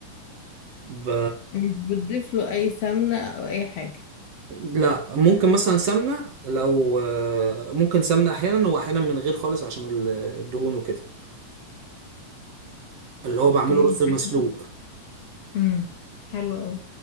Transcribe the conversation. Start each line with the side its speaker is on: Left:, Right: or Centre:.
Right: ب...
Left: مش بتضيف له أي سمنة أو أي حاجة
Right: لا ممكن مثلا سمنة لو آه، ممكن سمنة أحيانا وأحيانا من غير خالص عشان ال- الدهون وكده اللي هو
Left: اوكي
Right: بعمله رز مسلوق
Left: حلو امم حلو قوي